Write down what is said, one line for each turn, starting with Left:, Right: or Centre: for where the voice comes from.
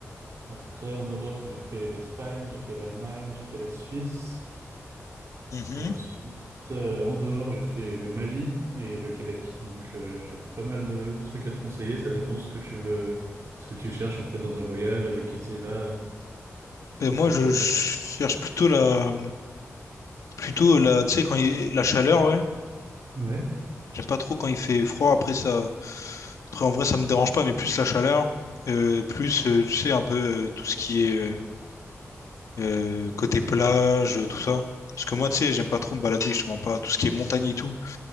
Right: Après, en Europe, j'ai fait l'Espagne, j'ai fait l'Allemagne, j'ai fait la Suisse.
Left: Mhm.
Right: Et ensuite, euh, en dehors, j'ai fait le Mali et le Québec. Donc, euh, j'ai pas mal de, de trucs à te conseiller. Ça dépend ce que tu veux, ce que tu cherches en fait dans un voyage, avec qui tu y vas,
Left: Ben,
Right: qu'est-ce
Left: moi
Right: que
Left: je
Right: tu veux
Left: cherche
Right: faire.
Left: plutôt la, plutôt la, tu sais, quand il... la chaleur, ouais.
Right: Ouais,
Left: J'aime pas trop quand il fait froid. Après ça, après en vrai ça me dérange pas, mais plus la chaleur, euh, plus euh, tu sais un peu euh, tout ce qui est euh, euh, côté plage, tout ça. Parce que moi, tu sais, j'aime pas trop me balader, je te mens pas. Tout ce qui est montagne et tout,